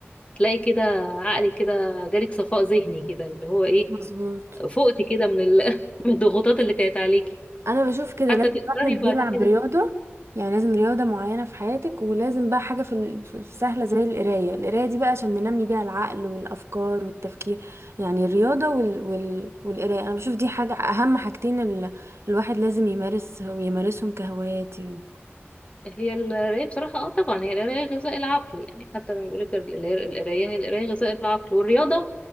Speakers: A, on the left (about 25°); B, on the right (about 75°).
A: تلاقي كده عقلك كده جالك صفاء ذهني كده اللي هو ايه
B: مظبوط
A: فقتي كده من ال... <laughs> من الضغوطات اللي كانت عليكي
B: انا بشوف كده
A: حتى
B: لازم
A: تقدري
B: الواحد
A: بعد
B: بيلعب
A: كده
B: رياضه يعني لازم رياضه معينه في حياتك ولازم بقى حاجه في ال- في- في سهله زي القرايه القرايه دي بقى عشان ننمي بيها العقل والافكار والتفكير يعني الرياضه وال... وال... والقرايه انا بشوف دي حاجه اهم حاجتين ال... الواحد لازم يمارس يمارسهم كهوايات يعني
A: هي القراية بصراحة اه طبعا هي القراية غذاء العقل يعني حتى لما بيقول لك القراية القراية هي القراية غذاء العقل والرياضة